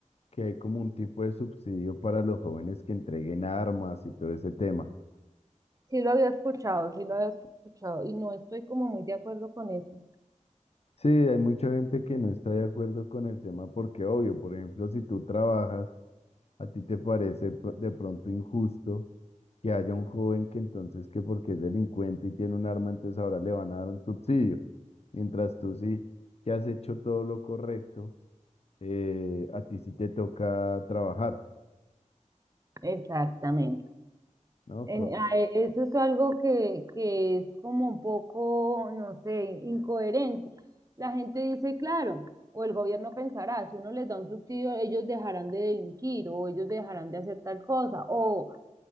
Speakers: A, on the left; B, on the right.
A: que hay como un tipo de subsidio para los jóvenes que entreguen armas y todo ese tema.
B: Sí lo había escuchado, sí lo había escuchado y no estoy como muy de acuerdo con eso.
A: Sí, hay mucha gente que no está de acuerdo con el tema porque, obvio, por ejemplo, si tú trabajas, a ti te parece pro- de pronto injusto que haya un joven que entonces que porque es delincuente y tiene un arma, entonces ahora le van a dar un subsidio. Mientras tú sí que has hecho todo lo correcto, eh, a ti sí te toca trabajar,
B: Exactamente.
A: ¿no?
B: En-
A: Co-
B: a- e- eso es algo que, que es como un poco, no sé, incoherente. La gente dice, claro, o el gobierno pensará, si uno les da un subsidio, ellos dejarán de delinquir o ellos dejarán de hacer tal cosa o,